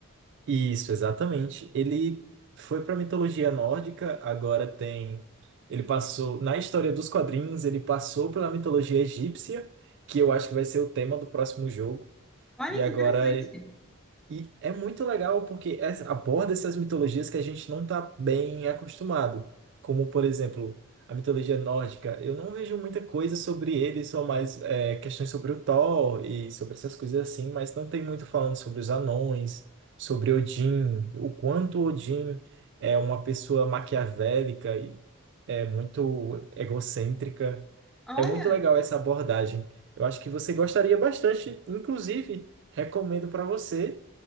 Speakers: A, on the right; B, in the centre.
A: Isso, exatamente. Ele foi para mitologia nórdica, agora tem. Ele passou. Na história dos quadrinhos, ele passou pela mitologia egípcia, que eu acho que vai ser o tema do próximo jogo.
B: Olha
A: E agora
B: que interessante.
A: E é muito legal porque essa- aborda essas mitologias que a gente não está bem acostumado. Como, por exemplo, a mitologia nórdica. Eu não vejo muita coisa sobre ele, só mais é, questões sobre o Thor e sobre essas coisas assim, mas não tem muito falando sobre os anões, sobre Odin, o quanto Odin é uma pessoa maquiavélica e é muito egocêntrica.
B: Olha.
A: É muito legal essa abordagem. Eu acho que você gostaria bastante, inclusive, recomendo para você.